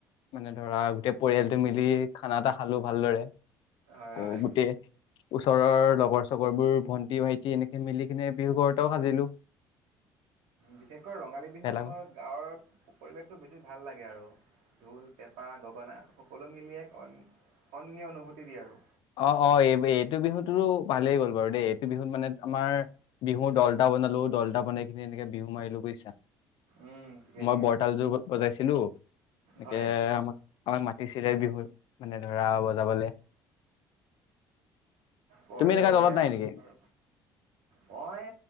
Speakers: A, on the left; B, on the right.
A: মানে, ধৰা গোটেই পৰিয়ালটো মিলি খানা এটা খালো ভালদৰে।
B: হয়
A: আকৌ
B: হয়
A: গোটেই ওচৰৰ লগৰ চগৰ বোৰ ভন্টি ভাইটি এনেকে মিলি কিনে বিহু ঘৰতেও সাজিলো
B: বিশষ ৰঙালী বিহুৰ
A: ভেলাঘৰ
B: সময়ত গাঁৱৰ প পৰিৱেশটো বেছি ভাল লাগে আৰু ঢোল পে পা গগনা সকলো মিলিয়ে অন্য অনুভূতি দিয়ে আৰু
A: অ অ এই এইটো বিহুতৰো পালেই গ'ল বাৰু দেই, এইটো বিহুত মানে আমাৰ বিহু দলদটা বনালো দলটা বনাই খিনি এনেকে বিহু মাৰিলো বুজিছা
B: উম ঠিকে
A: মই
B: ঠিকে
A: বৰতালযোৰ বজাইছিলো এনেকে
B: হয়
A: আমাকাক তিচিৰাই বিহু মানে ধৰা বজাবলৈ
B: বঢ়িয়া,
A: তুমি এনেকা
B: বঢ়িয়া,
A: দলত নাই নেকি
B: বাৰু মই